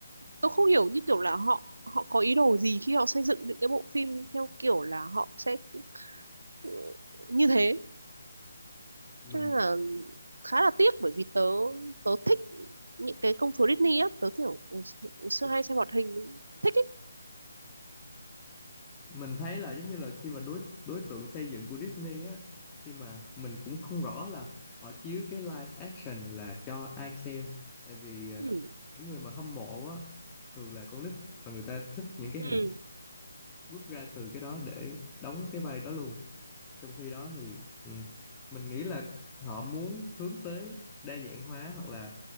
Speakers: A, on the right; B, on the left.
A: tôi không hiểu như kiểu là họ họ có ý đồ gì khi họ xây dựng những cái bộ phim theo kiểu là họ sẽ ừ, như thế
B: mình
A: Cho nên là khá là tiếc bởi vì tớ tớ thích những cái công chúa Disney á, tớ kiểu ừ, ngày xưa hay xem hoạt hình thích ấy.
B: mình thấy là giống như là khi mà đối đối tượng xây dựng của Disney á khi mà mình cũng không rõ là họ chiếu cái live action là cho ai xem tại vì à,
A: Ừ.
B: những người mà hâm mộ á thường là con nít và người ta thích những cái
A: Ừ.
B: hình bước ra từ cái đó để đóng cái vai đó luôn trong khi đó thì ừ, mình nghĩ là họ muốn hướng tới đa dạng hóa hoặc là